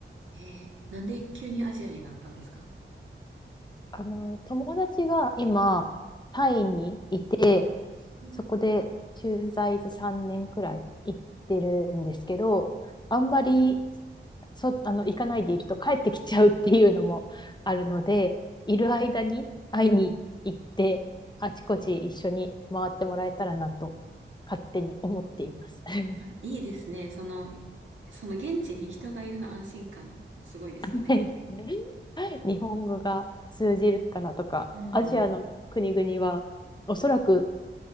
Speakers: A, on the right; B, on the left.
A: えー、なんで急にアジアになったんですか
B: あの、友達が今、タイにいて、
A: うん
B: そこで駐在で3年くらい行ってるんですけど、あんまりそ、あの、行かないでいると帰ってきちゃうっていうのもあるので、いる間に会いに行って、あちこち一緒に回ってもらえたらなと勝手に思っています。<laughs>
A: あ、いいですね。その、その現地に人がいるの安心感、すごいですよね。
B: はい日本語が通じるかなとか、
A: うんうん。
B: アジアの国々はおそらく